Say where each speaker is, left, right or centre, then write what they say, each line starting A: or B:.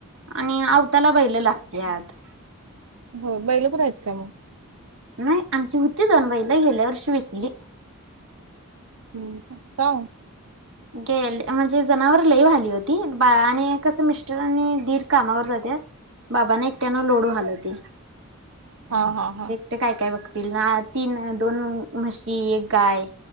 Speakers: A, on the right; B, on the right.
A: आणि आवताला बैलं लागत्यात.
B: हो बैलं पण आहेत काय मग?
A: नाही, आमची हुती दोन बैलं, गेल्या वर्षी विकली.
B: हम्म <unintelligible>
A: गे म्हणजे जनावरं लई व्हाली ओ ती, बा आणि कसं मिस्टर आणि दीर कामावर जातात. बाबांना एकट्यान लोड व्हाल ते.
B: हां हां हां.
A: ते काय काय बघतील ना, तीन दोन म्हशी, एक गाय